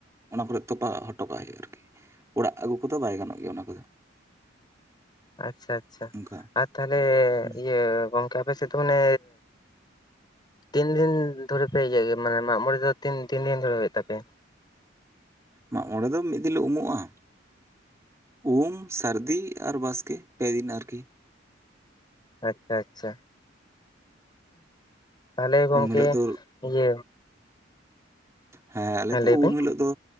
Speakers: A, on the right; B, on the left.
A: ᱚᱱᱟ ᱠᱚᱨᱮᱜ ᱛᱚᱯᱟ ᱦᱚᱴᱚ ᱠᱟᱜ ᱦᱩᱭᱩᱜ-ᱟ ᱟᱨᱠᱤ᱾ ᱚᱲᱟᱜ ᱟᱹᱜᱩ ᱠᱚᱫᱚ ᱵᱟᱭ ᱜᱟᱱᱚᱜ ᱜᱮᱭᱟ ᱚᱱᱟ ᱠᱚᱫᱚ᱾
B: ᱟᱪᱪᱷᱟ ᱟᱪᱪᱷᱟ,
A: ᱚᱱᱠᱟ
B: ᱟᱨ ᱛᱟᱦᱚᱞᱮ
A: ᱦᱩᱸ
B: ᱤᱭᱟᱹ ᱜᱚᱝᱠᱮ ᱟᱯᱮ ᱥᱮᱫ ᱫᱚ ᱢᱟᱱᱮ ᱛᱤᱱ ᱫᱤᱱ ᱫᱷᱚᱨᱮ ᱯᱮ ᱤᱭᱟᱹᱜ ᱜᱮᱭᱟ, ᱢᱟᱱᱮ ᱢᱟᱜ ᱢᱚᱬᱮ ᱫᱚ ᱛᱤᱱ ᱛᱤᱱ ᱫᱤᱱ ᱫᱷᱚᱨᱮ ᱦᱩᱭᱩᱜ ᱛᱟᱯᱮᱭᱟ?
A: ᱢᱟᱜ ᱢᱚᱬᱮ ᱫᱚ ᱢᱤᱫ ᱫᱤᱱ ᱞᱮ ᱩᱢᱩᱜ-ᱟ᱾ ᱩᱢ, ᱥᱟᱨᱫᱤ, ᱟᱨ ᱵᱟᱥᱠᱮ ᱯᱮ ᱫᱤᱱ ᱟᱨᱠᱤ᱾
B: ᱟᱪᱪᱷᱟ ᱟᱪᱪᱷᱟ, ᱛᱟᱦᱚᱞᱮ ᱜᱚᱝᱠᱮ
A: ᱦᱩᱸ ᱩᱢ ᱦᱤᱞᱳᱜ ᱫᱚ
B: ᱤᱭᱟᱹ
A: ᱦᱮᱸ ᱟᱞᱮ ᱫᱚ
B: ᱞᱟᱹᱭ ᱵᱤᱱ
A: ᱩᱢ ᱦᱤᱞᱚᱜ ᱫᱚ,